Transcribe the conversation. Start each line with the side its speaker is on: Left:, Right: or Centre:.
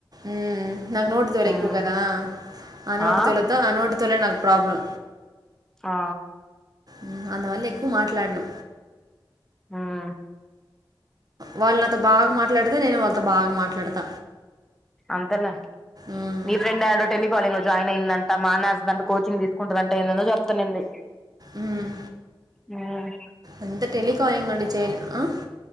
Right: ఉమ్ నాకు నోటి దూల
Centre: మ్
Right: ఎక్కువ కాదా అనోటి
Centre: ఆ
Right: దూలతో అనోటి దూలే నాకు ప్రాబ్లం
Centre: ఆ
Right: మ్మ్. అందువల్ల ఎక్కువ మాట్లాడను
Centre: ఉమ్
Right: వాళ్ళు నాతో బాగా మాట్లాడితే నేను వాళ్ళతో బాగా మాట్లాడత
Centre: అంతలే
Right: మ్మ్.
Centre: మీ ఫ్రెండ్ ఎడో టెలి కాలింగ్ లో జాయిన్ అయిందంట మానేస్తదంట కోచింగ్ తీసుకుంటుందంట ఏందేందో చెప్తు ఉండింది
Right: ఉమ్
Centre: ఉమ్
Right: ఎంత టెలి కాలింగ్ అంటే చేయలేం అ